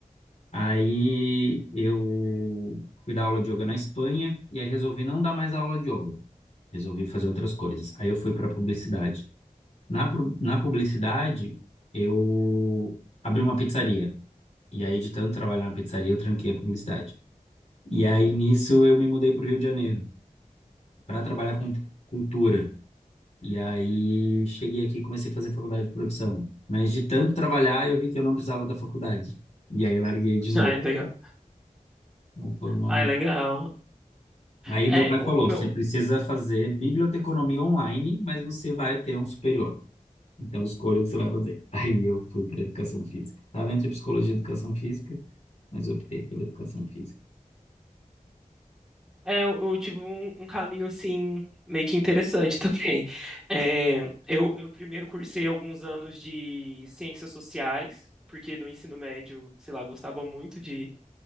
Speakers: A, on the left; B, in the centre.
A: Aí eu fui dar aula de yoga na Espanha e aí resolvi não dar mais aula de yoga. Resolvi fazer outras coisas. Aí eu fui para publicidade. Na, pu- na publicidade, eu abri uma pizzaria. E aí, de tanto trabalhar na pizzaria, eu tranquei a publicidade. E aí, nisso, eu me mudei para o Rio de Janeiro para trabalhar com cultura. E aí, cheguei aqui e comecei a fazer faculdade de produção. Mas de tanto trabalhar, eu vi que eu não precisava da faculdade. E aí, larguei de
B: <laughs>
A: novo.
B: Ah, é legal.
A: Então, foi uma
B: Ah, é legal.
A: Aí
B: É,
A: meu pai
B: o,
A: falou,
B: o meu,
A: você precisa fazer biblioteconomia online, mas você vai ter um superior. Então escolha o que você vai fazer. <laughs> Aí eu fui para educação física. Estava entre psicologia e educação física, mas optei pela educação física.
B: é, eu eu tive um, um caminho assim meio que interessante <laughs> também. É, eu, eu primeiro cursei alguns anos de ciências sociais, porque no ensino médio, sei lá, eu gostava muito de,